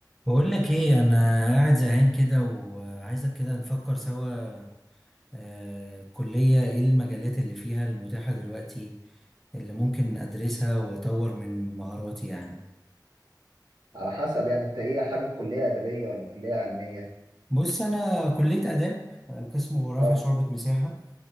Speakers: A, in the centre; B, on the right (about 75°).
A: بقول لك ايه انا قاعد زهقان كده وعايزك كده نفكر سوا آه، الكلية ايه المجالات اللي فيها المتاحة دلوقتي اللي ممكن ادرسها واطور من مهاراتي يعني
B: على حسب يعني انت ايه حابب كلية ادبية ولا كلية علمية
A: بص انا كلية آداب آه، قسم جغرافيا
B: اه
A: شعبة مساحة